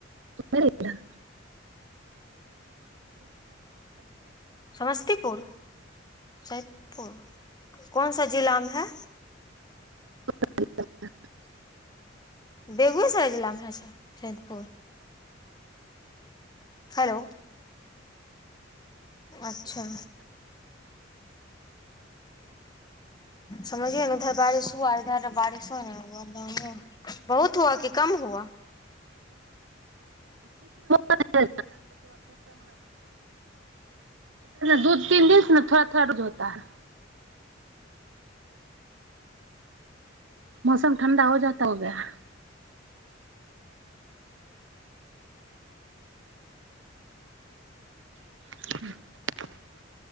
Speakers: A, on the right; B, on the left.
A: मेरे इधर
B: समस्तीपुर सैदपुर कौन सा जिला मे है
A: <unintelligible>
B: बेगुसराय जिलामे है सैदपुर हैलो अच्छा समझिए ने उधर बारिश हुआ इधर बारिशो नै हुआ बहुत हुआ कि कम हुआ
A: इधर दू तीन दिनसँ ने थोड़ा थोड़ाू होता ह <unintelligible> मौसम ठण्डा हो जाता हो गया ह <inaudible>